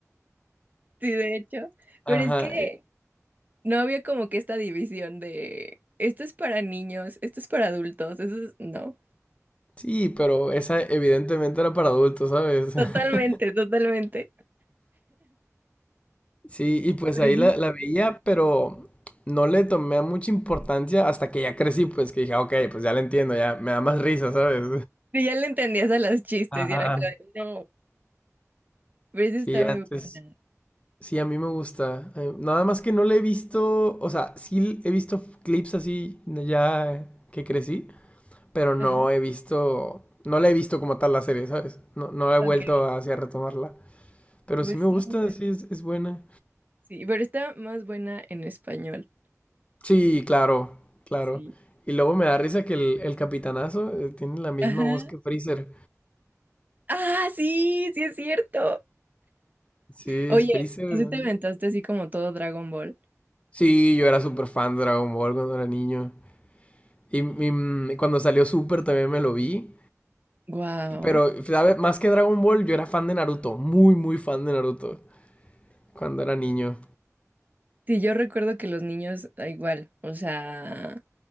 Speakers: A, on the right; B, on the left.
A: Sí, de hecho,
B: Ajá,
A: pero es que
B: eh,
A: no había como que esta división de esto es para niños, esto es para adultos, eso es... No,
B: sí, pero esa evidentemente era para adultos, ¿sabes?
A: totalmente,
B: <laughs>
A: totalmente.
B: Sí, y pues
A: Pero
B: ahí
A: sí.
B: la, la veía, pero no le tomé mucha importancia hasta que ya crecí, pues que dije, "Ah, ok, pues ya la entiendo, ya me da más risa, ¿sabes?
A: Pero ya le entendías a los chistes
B: Ajá.
A: y era como, de, no, pero esa
B: Sí,
A: está
B: antes,
A: muy buena.
B: sí, a mí me gusta. Eh, Nada más que no le he visto, o sea, sí he visto clips así ya que crecí. pero no
A: Ajá,
B: he visto, no la he visto como tal la serie, ¿sabes? No, no he
A: ok,
B: vuelto hacia retomarla, pero
A: pues
B: sí me
A: está
B: gusta,
A: muy buena.
B: sí es, es buena.
A: Sí, pero está más buena en español.
B: Sí, claro, claro.
A: Sí.
B: Y luego me da risa que el, el capitanazo eh, tiene la misma
A: Ajá.
B: voz que Freezer.
A: Ah, sí, sí es cierto.
B: Sí,
A: Oye,
B: es Freezer.
A: ¿tú sí
B: mm.
A: te aventaste así como todo Dragon Ball?
B: Sí, yo era súper fan de Dragon Ball cuando era niño. Y, y, mm, cuando salió Super también me lo vi.
A: Wow.
B: Y- Pero, sabes Más que Dragon Ball, yo era fan de Naruto. Muy, muy fan de Naruto. Cuando era niño.
A: Sí, yo recuerdo que los niños, da igual, o sea,